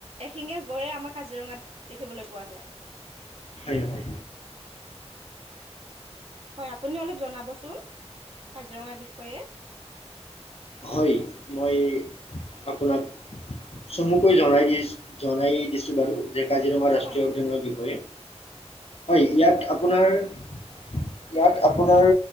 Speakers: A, on the right (about 60°); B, on the left (about 60°).
A: এশিঙীয়া গঁড়ৰে আমাৰ কাজিৰঙাত দেখিবলৈ পোৱা যায়।
B: হয়- হয়।
A: হয়, আপুনি অলপ জনাবচোন কাজিৰঙাৰ বিষয়ে?
B: হয়, মই আপোনাক চমুকৈ জনাই দি জনাই দিছো বাৰু যে কাজিৰঙা ৰাষ্ট্ৰীয়
A: হয়
B: উদ্যানৰ বিষয়ে। হয়, ইয়াত আপোনাৰ ইয়াত আপোনাৰ